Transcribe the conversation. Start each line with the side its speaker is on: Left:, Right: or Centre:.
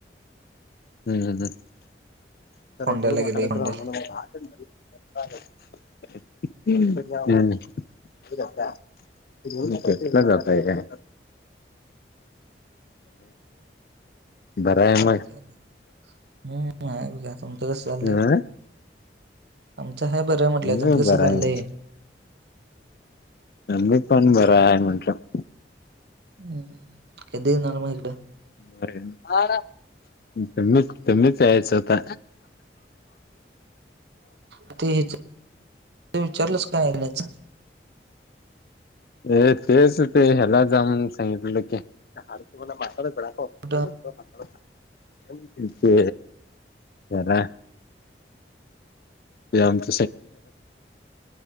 Left: <unintelligible>
Right: फोंड्याला गेले फोंड्याला
Left: <unintelligible> तुम्ही ट्रीपला जाताय का? बरा आहे मग.
Right: हम्म आहे बघा. तुमचं कस चाललंय.
Left: अ
Right: आमच हाय बर म्हटलय.
Left: मी
Right: तुमच कस
Left: बरा
Right: चाललय.
Left: आहे मी पण बरा आहे म्हटल.
Right: हम्म कधी येणार मग इकड.
Left: <unintelligible> त्यांनीच त्यांनीच यायच आता.
Right: आता हेच विचारलंच काय याच.
Left: हे तेच ते ह्याला जा म्हणून सांगितल की. <unintelligible>
Right: कुठं
Left: ते जरा ते आमच